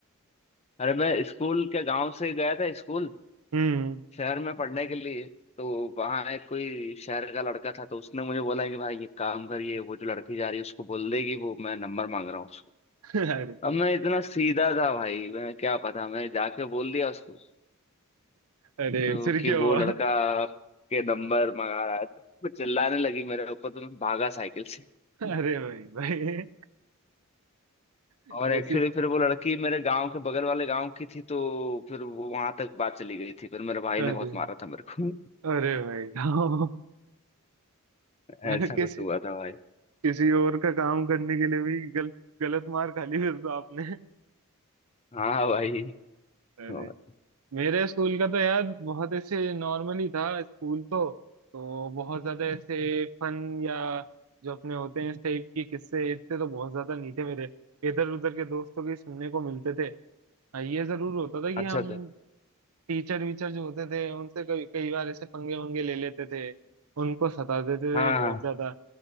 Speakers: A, on the left; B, on the right.
A: अरे मैं स्कूल के गांव से गया था स्कूल
B: हम्म
A: शहर में पढ़ने के लिए तो वहाँ एक कोई शहर का लड़का था तो उसने मुझे बोला कि भाई ये काम करिए वो जो लड़की जा रही है उसको बोल देगी वो मैं नंबर मांग रहा हूँ उसको
B: <laughs> अरे
A: अब मैं इतना सीधा था भाई मैं क्या पता मैं जाके बोल दिया उसको
B: अरे
A: तो
B: फिर
A: कि
B: क्या हुआ
A: वो लड़का
B: <laughs>
A: के नंबर मंगा रहा है तो वो चिल्लाने लगी मेरे ऊपर तो मैं भागा साइकिल से
B: अरे भाई भाई <laughs>
A: और
B: ऐसी
A: एक्चुअली फिर वो लड़की मेरे गांव के बगल वाले गांव की थी तो फिर वो वहां तक बात चली गई थी फिर मेरे भाई
B: अरे
A: ने बहुत मारा था मेरे को
B: अरे भाई <laughs> साहब,
A: <laughs>
B: अरे
A: ऐसा
B: किसी
A: कुछ हुआ था भाई
B: किसी और का काम करने के लिए भी गल, गलत मार खा ली फिर तो आपने
A: हाँ भाई
B: अरे
A: और
B: मेरे स्कूल का तो यार बहुत ऐसे नॉर्मल ही था स्कूल तो तो बहुत ज्यादा ऐसे फन या जो अपने होते हैं इस टाइप के किस्से इतने तो बहुत ज्यादा नहीं थे मेरे इधर उधर के दोस्तों के सुनने को मिलते थे हाँ, ये जरूर होता था कि
A: अच्छा
B: हम
A: अच्छा
B: टीचर वीचर जो होते थे उनसे कई कई बार ऐसे पंगे वंगे ले लेते थे उनको सता देते
A: हाँ
B: थे बहुत
A: हाँ
B: ज्यादा